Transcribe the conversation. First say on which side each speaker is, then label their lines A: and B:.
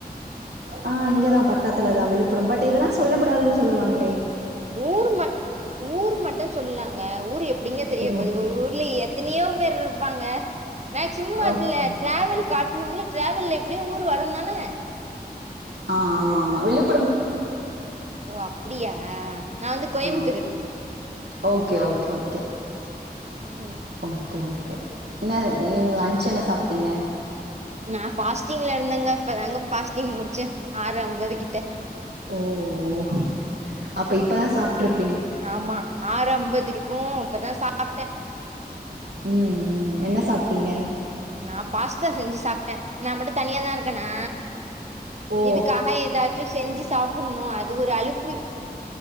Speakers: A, on the right (about 80°); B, on the right (about 45°).
A: ஆ இங்கதா பக்கத்துலதா விழுப்புரம் பட் இதெல்லா சொல்ல கூடாதுன்னு சொல்லுவாங்ளே
B: ஊர் ம ஊர் மட்டு சொல்லலங்க ஊர் எப்டிங்க தெரிய
A: ஓ
B: போது ஒரு ஊர்ல எத் தனையோ பேர் இருப்பாங்க மேக்சிமம் அது
A: ஓகே
B: டிராவல் காட் <unintelligible> ட்ரவல்ல எப்டியு ஊர் வருந்தானே
A: ஆ ஆமா ஆமா விழுப்
B: ஓ அப்டியா நா வந்து கோயம்புத்துரு
A: ஆ ஓகே ஓகே ஓகே
B: ம்
A: ஓகே ஓகே என்ன ஈவ் லன்ச்சு என்ன சாப்ட்டீங்க
B: நா ஃபாஸ்டிங்ல இருந்தங்க இப்பதாங்க பாஸ்டிங் முடிச்சே ஆறு அம்பது கிட்ட
A: ஓ ஓ அப்ப இப்பதா சாப்ட்ருப்ப
B: ஆமா ஆறு அம்பது இருக்கு அப்பதா சாப்ட்டே
A: ம் ம் என்ன சாப்ட்டீங்க
B: நா பாஸ்தா செஞ்சு சாப்ட்டே நா மட்டு தனியா தா இருக்கேனா
A: ஓ
B: இதுக்காக ஏதாச்சு செஞ்சு சாப்புட்ணு அது ஒரு அழுப்பு